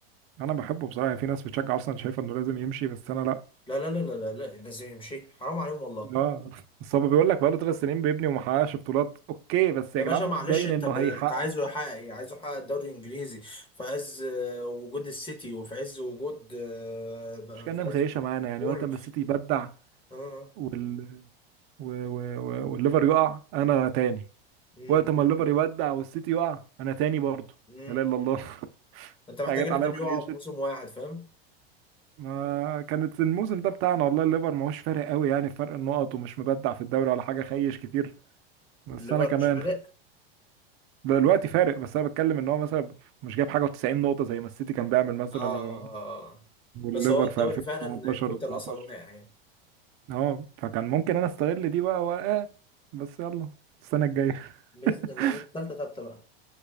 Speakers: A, on the right; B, on the left.
A: انا بحبه بصراحه يعني في ناس بتشجع اصلا شايفه انه لازم يمشي بس انا لا
B: لا لا لا لا لا لا، لازم يمشي حرام عليهم والله
A: اه بس هو بيقول لك بقاله ثلاث سنين بيبني وما حققش بطولات اوكي بس
B: يا
A: يا جدعان
B: باشا معلش
A: باين
B: أنت
A: انه
B: ب...
A: هيحقق
B: أنت عايزه يحقق إيه؟ عايزه يحقق الدوري الإنجليزي في عز آه، وجود السيتي وفي عز وجود آه،
A: مش كأنها
B: في
A: مخيشه
B: عز وجود
A: معانا
B: ليفربول
A: يعني وقت ما السيتي يبدع
B: آه.
A: وال... و... و... و... والليفر يقع انا تاني
B: مم.
A: وقت ما الليفر يبدع والسيتي يقع انا تاني برضه
B: مم.
A: لا اله الا الله <laughs>
B: أنت محتاج
A: حاجات
B: الاتنين
A: عليا وخيشت
B: يقعوا في موسم واحد فاهم
A: ما كانت الموسم ده بتاعنا والله الليفر ما هوش فارق قوي يعني في فرق النقط ومش مبدع في الدوري ولا حاجه خيش كتير بس
B: الليفر
A: انا كمان
B: مش فارق
A: بقى الوقت فارق بس انا بتكلم ان هو مثلا مش جايب حاجه و90 نقطه زي ما السيتي كان بيعمل مثلا
B: اه اه
A: و...
B: اه آه.
A: والليفر
B: بس هو الدوري
A: في 2018
B: فعلا ان توتال
A: 19
B: اصلا وقع يعني
A: اه فكان ممكن انا استغل دي بقى واه بس يلا السنه الجايه
B: باذن الله
A: <laughs>
B: بقى تالتة تابتة بقى